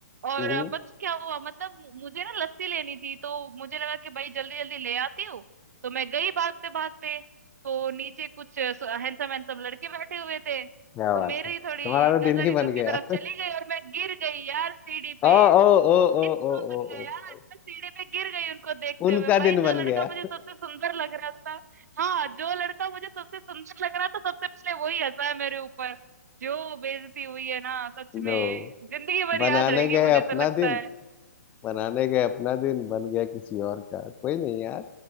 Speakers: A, on the right (about 65°); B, on the left (about 15°).
A: और
B: हम्म
A: अ, पता है क्या हुआ मतलब मु- मुझे ना लस्सी लेनी थी तो मुझे लगा कि भाई जल्दी जल्दी ले आती हूँ तो मैं गई भागते भागते तो नीचे कुछ हैंडसम हैंडसम लड़के बैठे हुए थे तो
B: क्या बात
A: मेरी
B: है तुम्हारा
A: थोड़ी
B: तो दिन
A: नजर
B: ही बन
A: इधर उनकी
B: गया
A: तरफ चली गई और मैं गिर गई यार सीढ़ी पे
B: ओ ओ ओ
A: दिन
B: ओ
A: कहाँ
B: ओ
A: बन
B: ओ
A: गया
B: ओ
A: यार
B: ओ।
A: मैं सीढ़ी पे गिर गई उनको देखते
B: उनका
A: हुए
B: दिन
A: भाई
B: बन
A: जो लड़का
B: गया
A: मुझे सबसे सुंदर लग रहा था हाँ जो लड़का मुझे सबसे सुंदर लग रहा था सबसे पहले वही हंसा है मेरे ऊपर जो बेइज्जती हुई है ना सच
B: लो
A: में जिंदगी भर
B: बनाने
A: याद रहेगी
B: गए
A: मुझे
B: अपना
A: तो लगता
B: दिन
A: है
B: बनाने गए अपना दिन बन गया किसी और का कोई नहीं यार